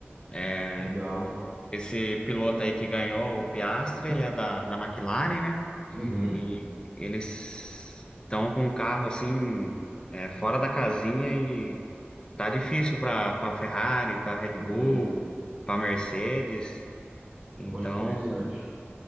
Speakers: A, on the left; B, on the right.
A: É,
B: legal.
A: esse piloto aí que ganhou o Piastri, ele é da, da McLaren, né?
B: Uhum,
A: E eles estão com um carro assim é, fora da casinha e tá difícil para para Ferrari, para Red
B: uhum.
A: Bull, para Mercedes. Então,
B: Então é interessante.